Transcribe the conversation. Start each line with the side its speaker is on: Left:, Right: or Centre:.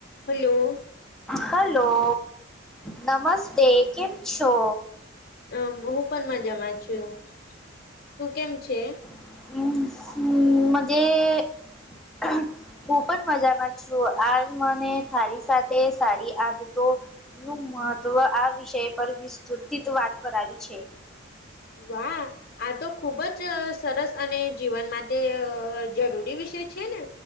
Left: Hello.
Centre: Hello નમસ્તે કેમ છો?
Left: અમ હું પણ મજામાં છું, તું કેમ છે?
Centre: <unintelligible> હું પણ મજા માં છું આ મને થળ સાથે સાડી આંધતો. નું મહત્વ આ વિષય પર વિસ્તૃતિત વાત કરાવી છે.
Left: વાહ, આ તો ખુબ જ સરસ અને જીવનમાં તે જરૂરી વિષય છે ને,